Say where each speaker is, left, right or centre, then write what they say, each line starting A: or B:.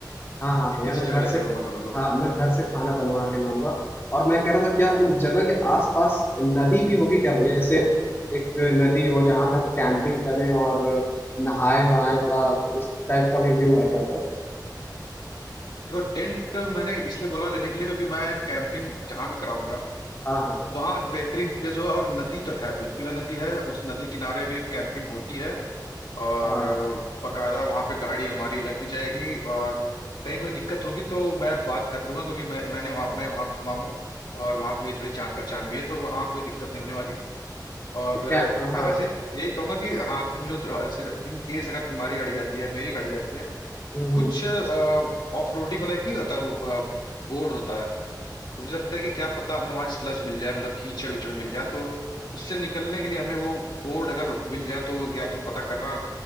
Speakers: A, on the left; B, on the left.
A: हाँ हाँ भैया
B: इतनी
A: मैं
B: सी
A: घर
B: जगह ले
A: से
B: चलूंगा मैं तुम लोगों
A: हाँ
B: को
A: मैं घर से खाना बनवा के लाऊंगा और मैं कह रहा था क्या उस जगह के आसपास नदी भी होगी क्या भैया जैसे एक नदी हो जहाँ पे हम कैंपिंग करें और नहाए वहाए थोड़ा उस टाइप का भी व्यू है क्या उधर
B: देखो टेंट मैंने इसलिए बोला लेने के लिए क्योंकि मैं कैंपिंग जहाँ भी कराऊंगा
A: हाँ हाँ
B: वहाँ बेहतरीन प्लेस होगा और नदी तो है बिल्कुल है नदी है उस नदी किनारे भी कैंपिंग होती है और
A: हाँ
B: बकायदा वहां पे गाड़ी हमारी लग भी जाएगी और कहीं कोई दिक्कत होगी तो मैं बात कर लूंगा क्योंकि मैं मैंने वहाँ मैं वहाँ घूमा हूँ और वहाँ मेरी थोड़ी जान पहचान भी है तो वहाँ कोई दिक्कत नहीं होने वाली और
A: तो क्या
B: अ,
A: हाँ
B: मैं वैसे यही कहूंगा कि हाँ तुम जो इन केस अगर तुम्हारी गाड़ी जाती है मेरी गाड़ी जाती है
A: हम्म
B: तो कुछ
A: हम्म
B: ऑफ रोडिंग वाला एक नहीं होता वो बोर्ड होता है तो मुझे लगता है कि क्या पता हमें वहां स्लज मिल जाए मतलब कीचड़ विचड़ मिल जाए तो उससे निकलने के लिए हमें वो बोर्ड अगर मिल जाए तो या तुम पता करना